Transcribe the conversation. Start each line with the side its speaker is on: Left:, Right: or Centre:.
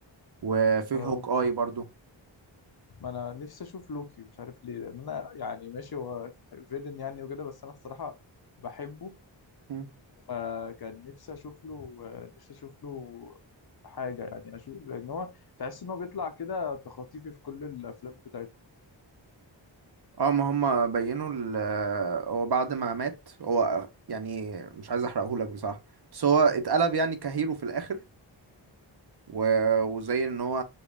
Right: وفي
Left: اه
Right: هوك آي برضه
Left: ما انا نفسي اشوف لوكي مش عارف ليه لان انا يعني ماشي هو فيلن يعني وكده بس انا الصراحه بحبه
Right: مم.
Left: فكان نفسي اشوف له نفسي اشوف له حاجه يعني اشوف لان هو تحس ان هو بيطلع كده تخاطيفي في كل الافلام بتاعته
Right: اه ما هم بينوا ال- آه، هو بعد ما مات هو يعني مش عايز احرقهولك بصراحة بس هو اتقلب
Left: مم.
Right: يعني كهيرو في الآخر و-
Left: مم.
Right: وزي ان هو